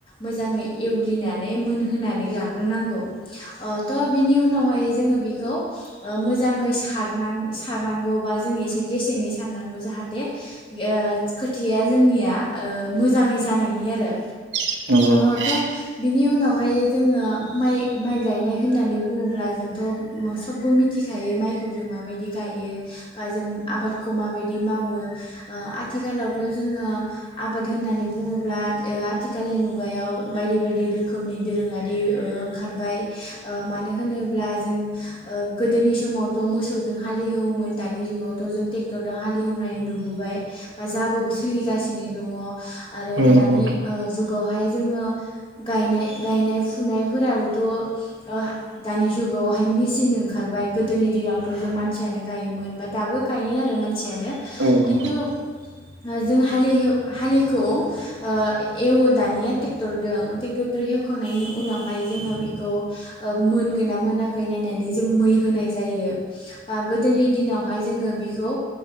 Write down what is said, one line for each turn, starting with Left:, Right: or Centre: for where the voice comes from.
Left: मोजाङै एवग्लिनानै मोनहोनानै ला ग्रोनांगौ ओ थ' बिनि उनाव फायो जोङो बेखौ ओ मोजाङै सारनां सारनांगौ बा जों एसे गेसेङै सारनांगौ जाहाथे ओ खोथिया जोंनिया ओ मोजाङै जानायनि आरो।
Right: नोंथां
Left: औ थ' बिनि उनाव बेवहाय जोङो माइ माइ गायनाय होननानै बुङोब्ला जोंथ' मोस बो मिथिखायो माइखौ जों माबायदि गायो। बा जों आबादखौ मा बायदि मावो ओ आथिखालावथ' जोङो आबाद होननानै बुङोब्ला ओ आथिखालनि मुगायाव बायदि बायदि रोखोमनि दोरोङारि ओ ओंखारबाय। ओ मानो होनोब्ला जों <inaudible> ओ गोदोनि समावथ' मोसौदो हालिहेवोमोन दानि जुगावथ' जों टेक दो हालेवहोनाय नुबोबाय बा जाबोबो सोलिगासिनो नि दङ। आरो
Right: औ नंगौ
Left: दानि ओ जुगावहाय जोङो गायनाय गायनाय फुनायफोराबोथ' ओ दानि जुगावहाय मि सिन ओंखारबाय। गोदोनि दिनावथ' जों मानसियानो गायोमोन बा दाबो गायो आरो मान सियानो
Right: औ नंगौ औ
Left: खिनथु
Right: औ
Left: ओ जों हालिलिउ हालिखौ ओ एवो दानिया टेक ट्रेक्टरदों ट्रेक्टरदों एवखांनायनि उनावहाय जोङो बेखौ मोनगोना मोनाखै नायनानै जों मै होनाय जायो बा गोदोनि दिनावहाय जोङो बिखौ